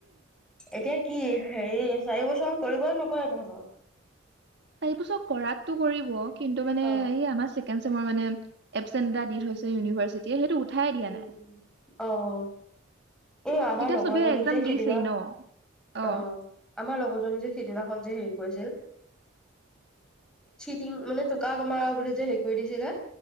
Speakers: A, in the centre; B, on the right.
A: এতিয়া কি? হে- এই চাৰি বছৰ কৰিবনে নকৰে তহঁতক?
B: চাৰি বছৰ কৰাতটো কৰিব। কিন্তু মানে
A: অ
B: এই আমাৰ- চেকেণ্ড চেমৰ মানে এবচেন এটা দি থৈছে ইউনিভাৰ্চিটিয়ে, সেইটো উঠাই দিয়া
A: উম-অ-
B: নাই
A: এই আমাৰ
B: এতিয়া
A: লগৰজনীক
B: চবে একজাম
A: যে
B: দিছেই
A: সিদিনা-অ-
B: ন অ
A: আমাৰ লগৰজনী যে- সিদিনাখন যে- হেৰি কৰিছিল চিটিং মানে টোকোৰা মাৰা বুলি যে- হেৰি কৰি দিছিলে-